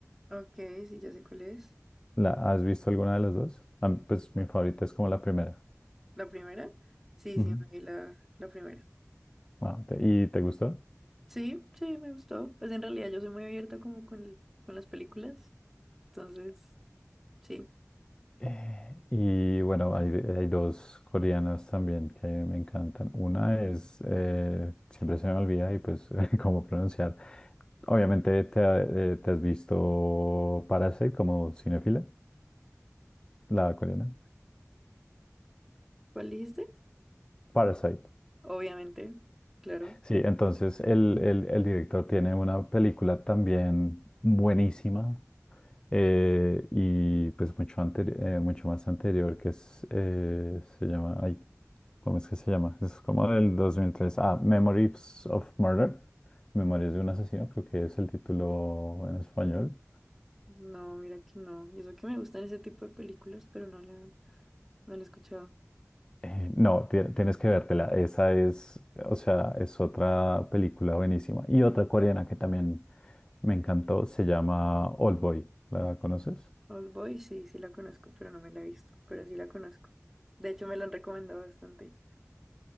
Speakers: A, in the centre; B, on the left.
A: ok, sí, ya sé cuál es.
B: ¿La, has visto alguna de las dos? Ah, Pues mi favorita es como la primera.
A: ¿La primera? Sí,
B: Ujú.
A: sí, me vi la, la primera.
B: Ah, te- ¿y te gustó?
A: Sí, sí, me gustó. Pues en realidad yo soy muy abierta como con, el- con las películas. Entonces, sí.
B: Eh, y bueno, hay, hay dos coreanas también que me encantan. Una es, eh, siempre se me olvida y pues <laughs> cómo pronunciar. Obviamente te, ha- eh, te has visto Parasite como cinéfila la coreana.
A: ¿Cuál dijiste?
B: Parasite.
A: Obviamente, claro.
B: Sí, entonces el, el- el director tiene una película también buenísima eh, y pues mucho, anteri- eh, mucho más anterior que es, eh, se llama, ay, ¿cómo es que se llama? Es como del 2003, ah, Memories of Murder, Memorias de un asesino, creo que es el título en español.
A: No, mira que no. Y eso que me gustan ese tipo de películas, pero no la, no la he escuchado.
B: Eh, no, tie- tienes que vértela, esa es, o sea, es otra película buenísima y otra coreana que también me encantó, se llama Old Boy, ¿la conoces?
A: Old Boys sí, sí la conozco, pero no me la he visto, pero sí la conozco. De hecho, me la han recomendado bastante.